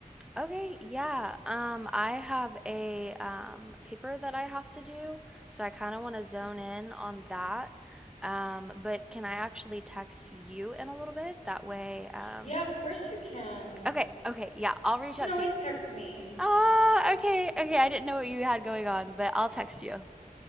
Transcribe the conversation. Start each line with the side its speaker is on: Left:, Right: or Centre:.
Centre: Okay, yeah. Um, I have a um, paper that I have to do, so I kind of want to zone in on that. Um, but can I actually text you in a little bit? That way, um,
Left: Yeah, of course you can.
Centre: okay, okay, yeah, I'll reach
Left: You can
Centre: out
Left: always
Centre: to you.
Left: text me.
Centre: Ah, okay, okay, I didn't know what you had going on, but I'll text you.